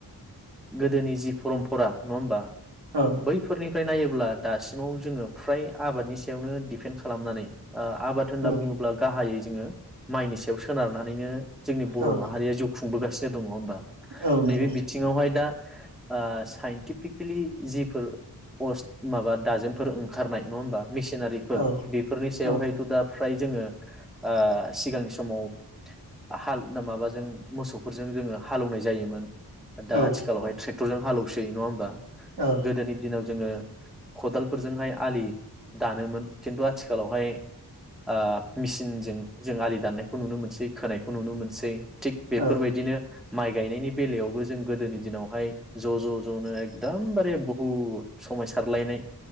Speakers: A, in the centre; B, on the right.
A: गोदोनि ओ जि परमपरा नङा होमबा?
B: औ
A: बैफोरनिफ्राय नायोब्ला दासिमाव जोङो फ्राय आबादनि सायावनो दिपेन्ड खालामनानै आबाद होनना
B: औ
A: बुङोब्ला गाहायै जोङो माइनि सायाव सोनारनानैनो जोंनि बर'
B: औ
A: माहारिया जौ खुंबोगासिनो दं नङा होमबा
B: औ नंगौ
A: नैबे बिथिङावहाय दा ओ साइन्टिफ फिकेलि जिफोर अस् माबा दाजेमफोर ओंखारनाय नङा होमबा मिसिनारिफोर
B: औ
A: बेफोरनि सायावहायथ'
B: औ
A: दा फ्राय जोङो ओ सिगांनि समाव हाल माबाजों मोसौफोरजों जोङो हालौवनाय जायोमोन दा
B: औ
A: आथिखालावहाय ट्रेक टरजों हालौसै नङा होनबा
B: औ
A: गोदोनि दिनाव जोङो खदालफोरजोंहाय आलि दानोमोन खिन्थु आ थिखालावहाय आ मेसिनजों जों आलि दाननायखौ नुनो मोनसै खोनायखौ नुनो मोनसै थिग बेफोरबायदिनो
B: औ
A: माइ गायनायनि बेलायावबो जों गोदोनि दिनावहाय ज' ज' ज'नो एकदमबारे बहुद समायसारलायनाय